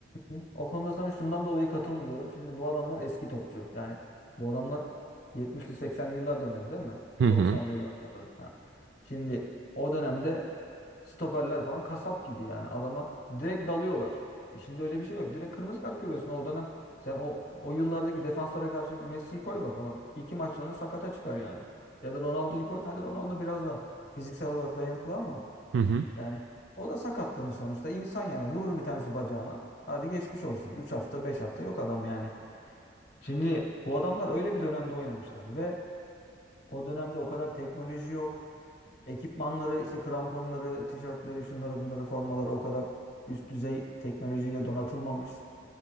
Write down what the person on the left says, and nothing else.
Hı? O konuda sana şundan dolayı katılmıyorum. Şimdi bu adamlar eski topçu. Yani bu adamlar 70'li 80'li yıllarda oynadı değil mi?
90'lı yıllarda. da. Ha. Şimdi o dönemde stoperler falan kasap gibi yani adama direkt dalıyorlar. E şimdi öyle bir şey yok. Direkt kırmızı kart görüyorsun. O dönem sen o, o yıllardaki defanslara karşı Messi'yi koy bakalım. İki maç sonra sakata çıkar yani. Ya da Ronaldo'yu koy. Hadi Ronaldo biraz da fiziksel olarak dayanıklı ama
yani o da sakatlanır sonuçta. İnsan yani vurur bir tanesi bacağına. Hadi geçmiş olsun. üç hafta 5 hafta yok adam yani. Şimdi bu adamlar öyle bir dönemde oynamışlar ve o dönemde o kadar teknoloji yok. Ekipmanları işte kramponları, tişörtleri, şunları bunları formaları o kadar üst düzey teknolojiyle donatılmamış.